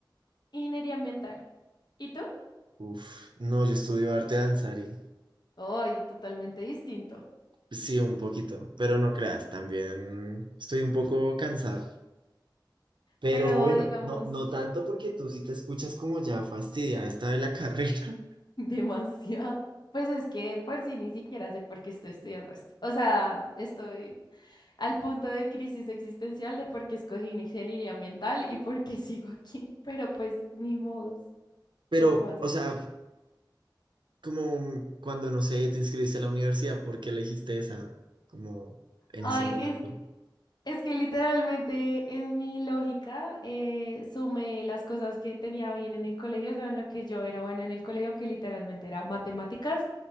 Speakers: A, on the left (about 60°); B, on the right (about 75°).
A: Ingeniería ambiental. ¿Y tú?
B: Uf, no, yo estudio arte danzario.
A: Hoy, totalmente distinto.
B: Sí, un poquito, pero no creas, también estoy un poco cansado. Pero
A: Pero
B: bueno,
A: digamos.
B: no, no tanto porque tú sí te escuchas como ya fastidiada esta de la carrera. <laughs>
A: <laughs> Demasiado. Pues es que por sí ni siquiera sé por qué estoy estudiando esto. O sea, estoy al punto de crisis existencial de por qué escogí ingeniería mental y por qué <laughs> sigo aquí. Pero pues ni modo,
B: Pero,
A: no puedo hacer
B: o sea,
A: nada.
B: como cuando, no sé, te inscribiste a la universidad, ¿por qué elegiste esa? Como en
A: Ay,
B: ese momento.
A: es, es que literalmente en mi lógica eh, sumé las cosas que tenía bien en el colegio, o sea, en lo que yo era buena en el colegio, que literalmente era matemáticas.